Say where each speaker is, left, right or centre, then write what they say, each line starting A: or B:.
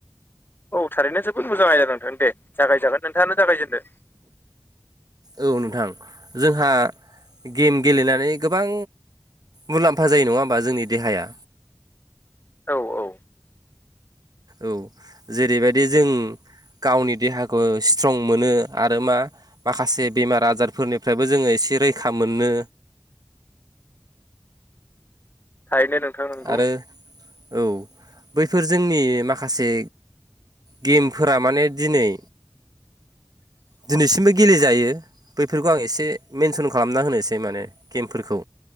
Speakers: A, on the left; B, on the right.
A: औ थारैनो जोबोद मोजां आयदा जादों नोंथां दे जागायजागोन नोंथांआनो जागायजेनदो
B: औ नोंथां जोंहा गेम गेलेनानै गोबां मुलाम्फा जायो नङा होमबा जोंनि देहाया
A: औ औ
B: औ जेरैबायदि जों गावनि देहाखौ स्ट्रं मोनो आरो मा माखासे बेमार आजारफोरनिफ्रायबो जोङो एसि रैखा मोनो
A: थारैनो नोंथां नंगौ
B: आरो औ बैफोर जोंनि माखासे गेमफोरा माने दिनै दिनैसिमबो गेलेजायो बैफोरखौ आं एसे मेनसन खालामना होनोसै माने गेमफोरखौ